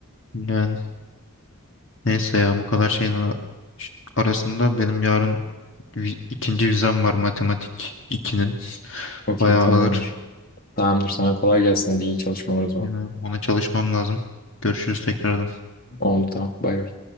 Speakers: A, on the left; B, on the left.
A: Yani neyse ya bu kadar şeyin a- ş- arasında benim yarın vi- ikinci vizem var matematik ikinin
B: Okey
A: bayağı
B: tamamdır.
A: ağır.
B: Tamamdır sana kolay gelsin hadi iyi çalışmalar o zaman.
A: Yani ona çalışmam lazım. Görüşürüz tekrardan.
B: Oldu tamam bay bay.